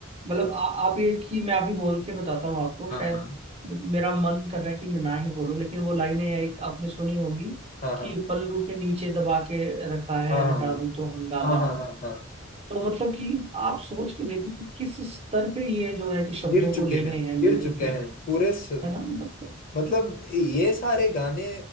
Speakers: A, on the right; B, on the left.
A: मतलब आ- आप ये कि मैं अभी बोल के बताता हूँ आपको
B: हाँ
A: शायद
B: हाँ
A: मेरा मन कर रहा है कि मैं ना ही बोलूं लेकिन वो लाइनें एक आपने सुनी होगी
B: हाँ हाँ
A: कि पल्लू के नीचे दबा के रखा है
B: हाँ हाँ
A: हटा
B: हाँ
A: दूं तो हंगामा
B: हाँ हाँ
A: हो
B: हाँ हाँ,
A: तो मतलब कि आप सोच के देखो कि किस स्तर पे ये जो है कि शब्दों
B: गिर चुके
A: को ले
B: हैं
A: गए हैं
B: गिर
A: म्यूजिक
B: चुके
A: में
B: हैं पूरे स...
A: है ना मतलब
B: मतलब ये सारे गाने